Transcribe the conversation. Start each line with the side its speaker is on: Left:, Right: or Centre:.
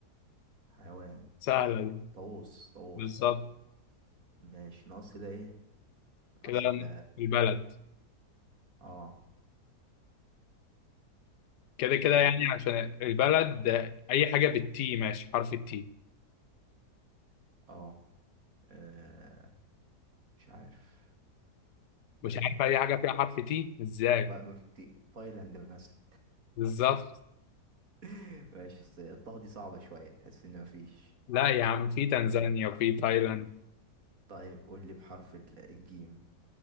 Right: حيوان
Left: سهلة
Right: طه
Left: دي
Right: طاووس طاووس
Left: بالظبط
Right: ماشي ناقص كده ايه
Left: كده
Right: ناقص ال
Left: البلد
Right: اه
Left: كده كده
Right: بلد
Left: يعني عشان البلد اي حاجة بالتي ماشي حرف التي
Right: اه آه، مش عارف بلد
Left: مش عارف اي حاجه
Right: بحرف
Left: فيها حرف تي ازاي
Right: ما ما في تايلاند مثلا
Left: بالظبط
Right: <laughs> ماشي بس الطه دي صعبة شوية تحس ان مفيش
Left: لا يا عم في تنزانيا
Right: ماشي.
Left: وفي تايلاند
Right: طيب قول لي بحرف ال- الجيم